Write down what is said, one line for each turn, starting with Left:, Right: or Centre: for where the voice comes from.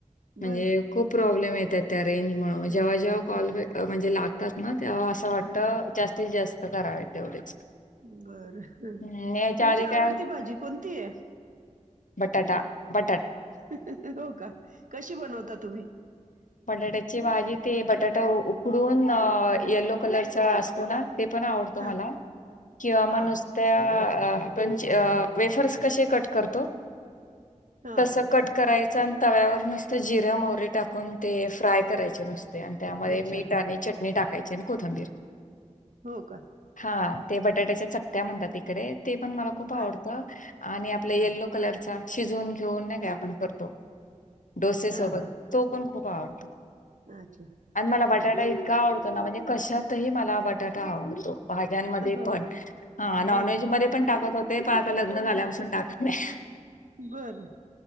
Left: म्हणजे
Right: बर
Left: खुप प्राॅम्लेम एताएत. रेंज मुळ जेव्हा
Right: हा
Left: जेव्हा कॉल
Right: हा हा
Left: अ म्हणजे लागतात ना, तेव्हा असं वाटतं
Right: बर
Left: जास्तीत जास्त त करावेत तेवढेच.
Right: बरं हु,
Left: हम्म याच्या
Right: तुमची
Left: आधी काय
Right: आवडती भाजी कोणती हाय?
Left: बटाटा, बट
Right: <inaudible> हो का कशी बनवता तुम्ही?
Left: बटाट्याची भाजी, ते बटाटा उकडून यल्लो कलरचा असतो ना ते पण आवडतो
Right: हा
Left: मला किंवा म
Right: हा
Left: नुसत्या आपण ज अं वेफर्स कशे कट करतो,
Right: हा
Left: तस कट कराय च न तव्यावर नुसतं जिरं, मोहरी टाकून ते फ्राय करायचे नुस ते आणि त्यामध्ये
Right: अच्छा
Left: मीठ आणि चटणी टाकायची आणि कोथंबीर.
Right: हो का
Left: हा ते बटाट्याच्या चकत्या म्हणतात ईकडे. ते पण मला खूप
Right: बर
Left: आवडत आणि आपला येल्लो
Right: हा
Left: कलरचा शिजवून तो नाही का आपण करतो, डोसे सोबत
Right: हा हा
Left: तो पण खुप आवडतो.
Right: अच्छा
Left: आणि मला बटाटा
Right: हा हा
Left: इतका आवडतो ना, म्हणजे कशातही मला बटाटा आवडतो. भाज्यांमध्ये
Right: हो
Left: पण,
Right: का
Left: अ नॉनव्हेज
Right: बर
Left: मध्ये पण टाकत हो ते पन आता लग्न झाल्यापासून टाकत नाही.
Right: बरं.